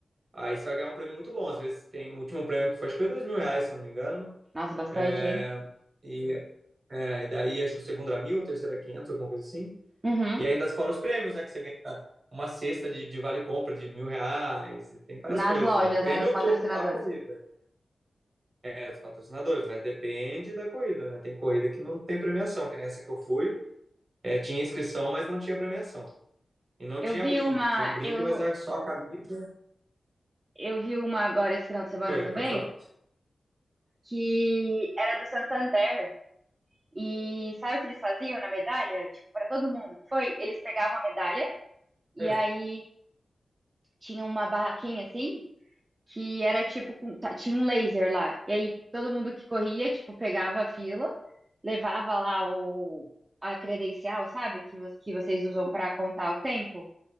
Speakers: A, on the right (about 50°); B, on the right (about 30°).
A: aí você vai ganhar um prêmio muito bom. Às vezes tem o último prêmio que foi, acho que foi 2 mil reais, se não me engano.
B: Nossa, bastante,
A: É,
B: hein?
A: e, é, e daí acho que o segundo era mil, o terceiro era 500, alguma coisa assim.
B: Uhum.
A: E ainda fora os prêmios, né? Que você ganha uma cesta de, de vale-compra de mil reais, e tem várias
B: Nas
A: coisas
B: lojas,
A: aí. Depende
B: né? Nos
A: do, do-
B: patrocinadores.
A: a corrida. É, dos patrocinadores, mas depende da corrida, né? Tem corrida que não tem premiação, que nessa que eu fui, é, tinha inscrição, mas não tinha premiação. E não
B: Eu
A: tinha
B: vi
A: brinde.
B: uma,
A: Tinha um brinde,
B: eu,
A: mas era só a camisa.
B: eu vi uma agora esse final de semana
A: Oi,
B: também,
A: pode falar.
B: que era do Santander. E sabe o que eles faziam na medalha? Tipo, para todo mundo que foi, eles pegavam a medalha e
A: É,
B: aí tinha uma barraquinha assim, que era tipo, com- ta- tinha um laser lá. E aí todo mundo que corria, tipo, pegava a fila, levava lá o, a credencial, sabe? Que, vo- que vocês usam para contar o tempo